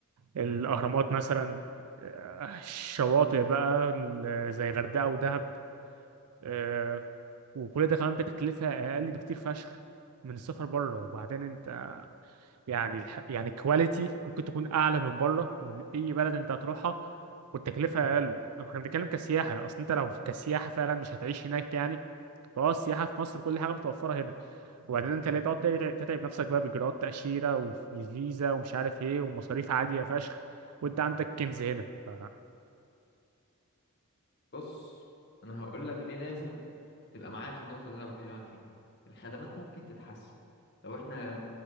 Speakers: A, on the right (about 80°); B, on the left (about 50°).
A: الاهرامات مثلا آه، الشواطئ بقى ال- زي غردقه ودهب آه، وكل ده كمان بتكلفه اقل بكتير فشخ من السفر بره وبعدين انت يعني الح... يعني الكواليتي ممكن تكون اعلى من بره من اي بلد انت هتروحها والتكلفه اقل احنا بنتكلم كسياحه اصل انت لو كسياحه فعلا مش هتعيش هناك يعني فهو السياحه في مصر كل حاجه متوفره هنا وبعدين انت ليه تقعد تتع- تتعب نفسك بقى باجراءات تاشيره وفيزا ومش عارف ايه ومصاريف عاليه فشخ وانت عندك كنز هنا ف...
B: بص انا هقول لك ليه لازم تبقى معايا في النقطة اللي انا بكلمك فيها الخدمات ممكن تتحسن لو احنا